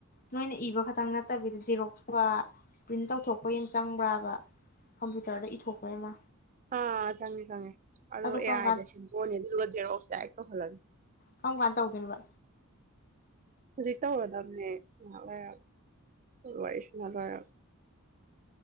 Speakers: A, on the left (about 40°); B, on the right (about 35°).
A: ꯅꯣꯏꯅ ꯏꯕ ꯈꯛꯇꯪ ꯅꯠꯇꯕꯤꯗ ꯖꯦꯔꯣꯛꯁ ꯀꯨꯝꯕ ꯄ꯭ꯔꯤꯟ ꯇꯧꯊꯣꯛꯄꯩꯁꯨ ꯆꯪꯕ꯭ꯔꯕ ꯀꯝꯄ꯭꯭ꯌꯨꯇꯔꯗ ꯏꯊꯣꯛꯄꯩ ꯑꯃ
B: ꯑꯥ ꯆꯪꯉꯦ ꯆꯪꯉꯦ ꯑꯗꯨ
A: ꯀꯔꯝ
B: ꯑꯦ ꯑꯥꯏꯗ
A: ꯀꯥꯟ
B: ꯁꯦꯝꯇꯣꯛꯑꯅꯤ ꯑꯗꯨꯗꯨꯒ ꯖꯦꯔꯣꯛꯁ ꯗꯥꯏꯔꯦꯛ ꯀꯧꯍꯜꯂꯅꯤ
A: ꯀꯝꯀꯥꯟ ꯇꯧꯗꯣꯏꯅꯣꯕ
B: ꯍꯧꯖꯤꯛ ꯇꯧꯔꯗꯕꯅꯦ ꯉꯍꯥꯛ ꯂꯩꯔꯒ ꯋꯥꯔꯤ ꯁꯥꯟꯅ ꯂꯣꯏꯔꯒ